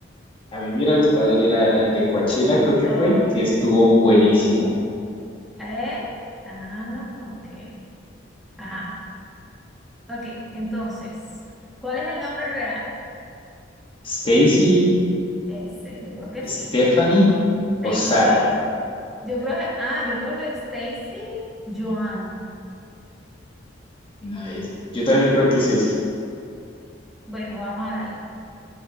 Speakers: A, on the left (about 30°); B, in the centre.
A: A mí me hubiera gustado ir a- al de Coachella,
B: Hizo un
A: creo que
B: show.
A: fue, que estuvo buenísimo.
B: ¿Eh? Ah, ok. Ajá. Ok, entonces, ¿cuál es el nombre real?
A: Stacy,
B: Ese, yo creo que
A: Stephanie
B: sí. Yo creo que
A: o Sara.
B: Stacy. Yo creo que, ah, yo creo que Stacy Joan.
A: A ver, yo también creo que es ese.
B: Bueno, vamos a darle.